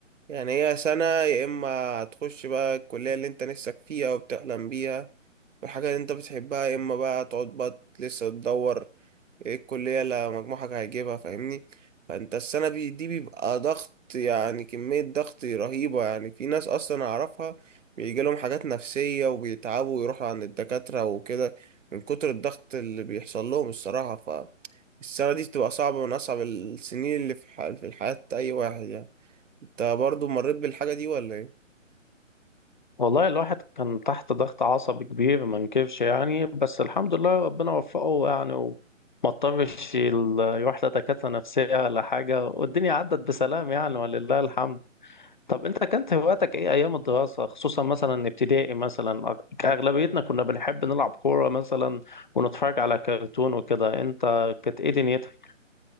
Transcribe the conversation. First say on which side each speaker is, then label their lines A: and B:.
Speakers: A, on the right; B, on the left.
A: يعني هي سنه يا اما هتخش بقى الكليه اللي انت نفسك فيها وبتحلم بيها والحاجه اللي انت بتحبها يا اما بقى تقعد بقى لسه تدور ايه الكلية اللي مجموعك هيجيبها فاهمني فانت السنة بي- دي بيبقى ضغط يعني كمية ضغط رهيبة يعني في ناس اصلا اعرفها بيجيلهم حاجات نفسية وبيتعبوا ويروحوا عند الدكاترة وكده من كتر الضغط اللي بيحصل لهم الصراحة ف السنة دي بتبقى صعبة من أصعب السنين اللي في ح- في الحياة أي واحد يعني أنت برضو مريت بالحاجة دي ولا إيه؟
B: والله الواحد كان تحت ضغط عصبي كبير ما انكرش يعني بس الحمد لله ربنا وفقه يعني وما اضطرش ال- يروح لدكاترة نفسية ولا حاجة والدنيا عدت بسلام يعني ولله الحمد طب أنت كانت هواياتك إيه أيام الدراسة خصوصا مثلا ابتدائي مثلا أغ- أغلبيتنا كنا بنحب نلعب كورة مثلا ونتفرج على كرتون وكده أنت كانت إيه دنيتك؟